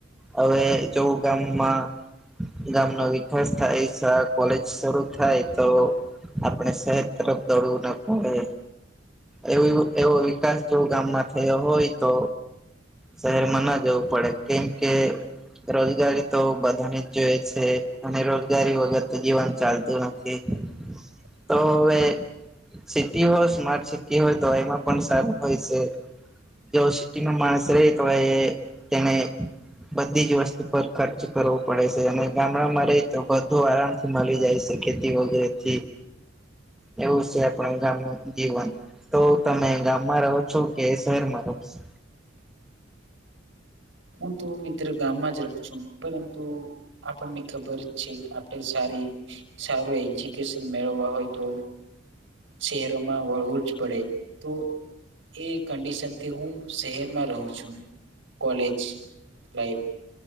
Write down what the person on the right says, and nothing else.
<inaudible>
<inaudible>
હું તો મિત્ર ગામમાં જ રહું છું પરંતુ આપણને ખબર છે આપણે સા રી સારું એજ્યુકેશન મેળવા હોય તો શહેરોમાં વળવું જ પડે તો. એ કંડિશનથી હું શહેરમાં રહું છું. કોલેજ લાઈફ